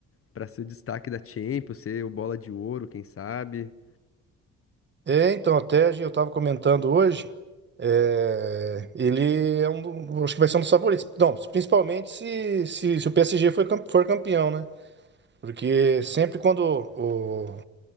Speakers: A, on the left; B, on the right.
A: pra ser o destaque da Champions, ser o bola de ouro, quem sabe?
B: É, então, até a gente- eu tava comentando hoje, é, ele é um, do- acho que vai ser um dos favoritos. Não, principalmente se, se, se o PSG for, cam- for campeão, né? Porque sempre quando o,